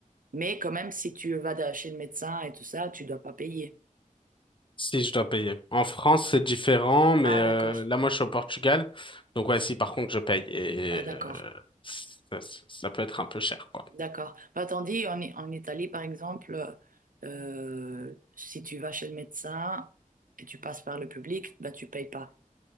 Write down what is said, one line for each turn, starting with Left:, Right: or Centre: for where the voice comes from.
Right: Mais quand même, si tu vas de- chez le médecin et tout ça, tu dois pas payer.
Left: Si je dois payer. En France, c'est différent, mais
Right: Ah,
Left: euh,
Right: d'accord.
Left: là, moi, je suis au Portugal. Donc, ouais, si par contre, je paye. Et
Right: Ah, d'accord.
Left: euh, ça, ça- ça peut être un peu cher, quoi.
Right: D'accord. Bah, tandis en, I- en Italie, par exemple, euh, si tu vas chez le médecin et tu passes par le public, bah, tu payes pas.